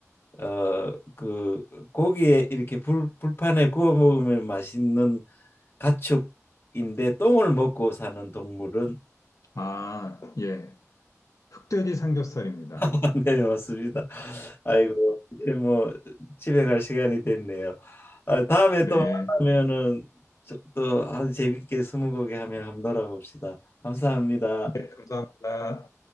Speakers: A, on the left; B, on the left.
A: 어 그 고기에 이렇게 불 불판에 구워 먹으면 맛있는 가축인데 똥을 먹고 사는 동물은
B: 아, 예. 흑돼지 삼겹살입니다.
A: <laughs> 네, 맞습니다. 아이고, 이제 뭐 집에 갈 시간이 됐네요. 아, 다음에
B: 네.
A: 또 만나면은 또 아주 재밌게 스무고개 하면 한번 놀아봅시다. 감사합니다.
B: 네, 감사합니다.